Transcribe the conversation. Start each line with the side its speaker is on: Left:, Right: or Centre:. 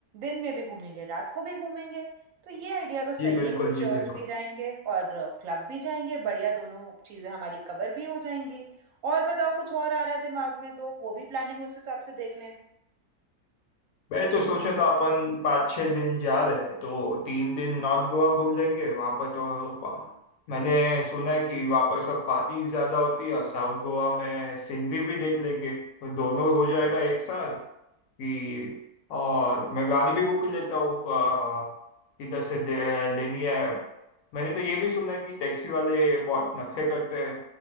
Right: दिन में भी घूमेंगे रात को भी घूमेंगे तो ये आइडिया तो
Left: जी
Right: सही
Left: बिल्कुल
Right: है कि
Left: जी
Right: चर्च
Left: बिल्कुल
Right: भी जाएंगे और क्लब भी जाएंगे बढ़िया दोनों चीज़ें हमारी कवर भी हो जाएंगी और बताओ कुछ और आ रहा है दिमाग में तो वो भी प्लानिंग उस हिसाब से देख लें
Left: मैं तो सोचा था अपन पाँच छः दिन जा रहे हैं, तो तीन दिन नॉर्थ गोवा घूम लेंगे वहाँ पर तो पा- मैंने सुना है कि वहाँ पर सब पार्टीज ज़्यादा होती है और साउथ गोवा में सीनरी भी देख लेंगे तो दोनों हो जाएगा एक साथ कि और मैं गाड़ी भी बुक कर लेता हूँ अ, किधर से दे, लेनी है मैंने तो ये भी सुना है कि टैक्सी वाले बहुत नखरे करते हैं